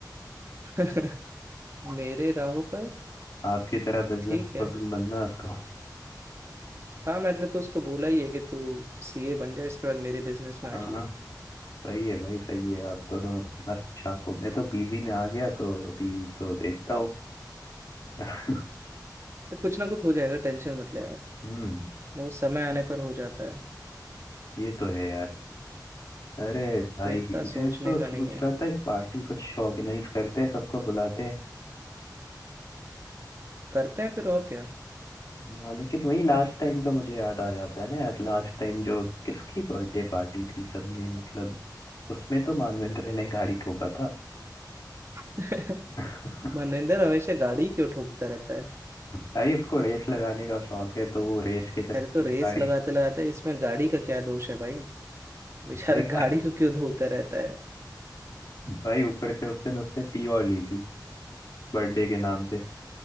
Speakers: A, on the right; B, on the left.
A: <laughs> मेरे राहों पर
B: आपकी तरह बिजनेस
A: ठीक है
B: बनना उसको हाँ
A: हाँ मैंने तो उसको बोला ही है कि तू सीए बन जा इसके बाद मेरे बिजनेस में आ
B: हाँ
A: जाइए
B: सही है भाई सही है आप दोनों मस्त छापो मैं तो पीजी में आ गया तो अभी तो देखता हूँ <laughs>
A: तो कुछ ना कुछ हो जाएगा टेंशन मत ले यार
B: हम्म
A: वो समय आने पर हो जाता है
B: ये तो है यार अरे भाई
A: तो इतना सोचने
B: मैं तो
A: का
B: सोच
A: नहीं है
B: रहा था एक पार्टी कुछ ऑर्गेनाइज करते हैं सबको बुलाते हैं
A: करते हैं फिर और क्या
B: हाँ लेकिन वही लास्ट टाइम का मुझे याद आ जाता है ना यार लास्ट टाइम जो किसकी बर्थडे पार्टी थी सबने मतलब उसमें तो मानवेंद्र ने गाड़ी ठोका था
A: <laughs>
B: <laughs>
A: मनिंदर हमेशा गाड़ी क्यों ठोकता रहता है
B: भाई उसको रेस लगाने का शौक है तो वो रेस के चक्कर
A: अरे तो
B: में
A: रेस
B: गाड़ी
A: लगाते लगाते इसमें गाड़ी का क्या दोष है भाई बेचारा
B: <laughs> भाई
A: गाड़ी को क्यों धोता रहता है
B: भाई ऊपर से उस दिन उसने पी और ली थी बर्थडे के नाम पे